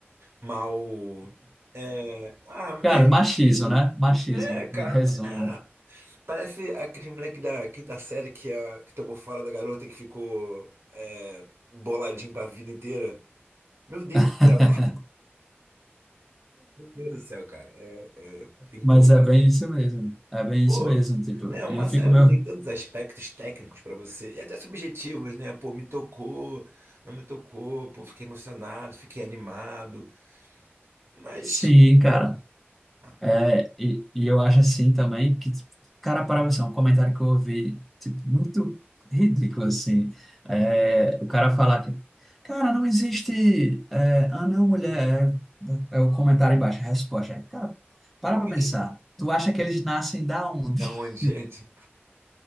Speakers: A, on the right; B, in the centre.
A: mal. É, ah, <laughs> mais
B: Cara,
A: ressentido.
B: machismo, né? Machismo,
A: É, cara.
B: em resumo.
A: ah, parece aquele moleque da quinta série que, a, que tomou fora da garota que ficou é, boladinho pra vida inteira. Meu Deus
B: <laughs>
A: do céu. Meu Deus do céu, cara. É, é, tem que
B: Mas
A: ter muita
B: é
A: paciência.
B: bem isso mesmo. É bem
A: Pô,
B: isso mesmo, tipo.
A: né, uma
B: E eu fico
A: série
B: meio.
A: não tem tantos aspectos técnicos pra você, e até subjetivos, né? Pô, me tocou, não me tocou, pô, fiquei emocionado, fiquei animado. Mas
B: Sim, cara.
A: ah,
B: É, e, e eu acho assim também que, tipo, cara, para você, um comentário que eu ouvi, tipo, muito ridículo, assim. É, o cara falar que, cara, não existe é, anão mulher. É, é o comentário embaixo, a resposta. É, cara, para
A: como
B: pra pensar.
A: é que.
B: Tu acha que eles nascem da onde?
A: Da onde, gente?